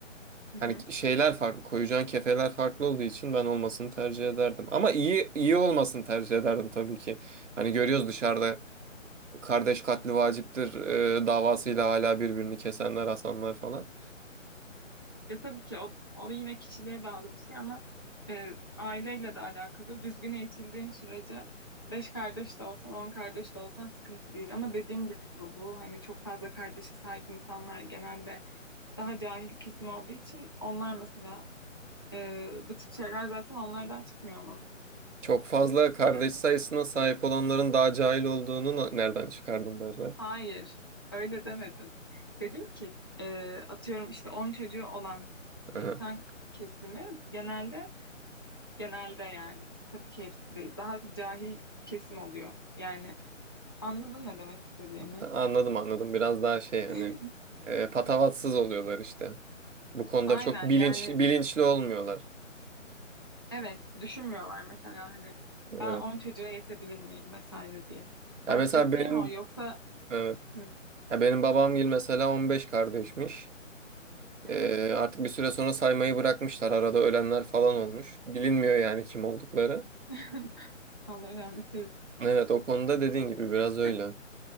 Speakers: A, on the left; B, on the right.
A: Hı
B: Hani
A: hı.
B: şeyler farklı, koyacağın kefeler farklı olduğu için ben olmasını tercih ederdim. Ama iyi iyi olmasını tercih ederdim tabii ki. Hani görüyoruz dışarıda kardeş katli vaciptir e, davasıyla hala birbirini kesenler, asanlar falan.
A: Ya tabii ki o, o yine kişiliğe bağlı bir şey ama e, aileyle de alakalı. Düzgün eğitildiğin sürece beş kardeş de olsan, on kardeş de olsan sıkıntı değil. Ama dediğim gibi bu hani çok fazla kardeşe sahip insanlar genelde daha cahil kesim olduğu için onlar mesela e, bu tip şeyler zaten onlardan çıkmıyor mu?
B: Çok fazla kardeş
A: Yani.
B: sayısına sahip olanların daha cahil olduğunu na- nereden çıkardım derler.
A: Hayır, öyle demedim. Dedim ki e, atıyorum işte 10 çocuğu olan
B: <laughs>
A: insan kesimi genelde genelde yani tabii ki hepsi değil daha cahil kesim oluyor. Yani anladın ne demek istediğimi?
B: Anladım anladım. Biraz daha şey hani
A: <laughs>
B: e, patavatsız oluyorlar işte. Bu konuda
A: Aynen
B: çok bilinçli
A: yani
B: bilinçli olmuyorlar.
A: evet düşünmüyorlar mesela hani
B: Evet.
A: ben 10 çocuğa yetebilir miyim vesaire diye.
B: Ya
A: Bahsettiğim
B: mesela benim
A: o yoksa
B: evet.
A: hı
B: Ya benim babam gibi mesela 15 kardeşmiş.
A: hı. hı.
B: E, artık bir süre sonra saymayı bırakmışlar. Arada ölenler falan olmuş. Bilinmiyor yani kim oldukları.
A: <laughs> Allah rahmet eylesin.
B: Evet o konuda dediğin gibi biraz
A: <laughs>
B: öyle.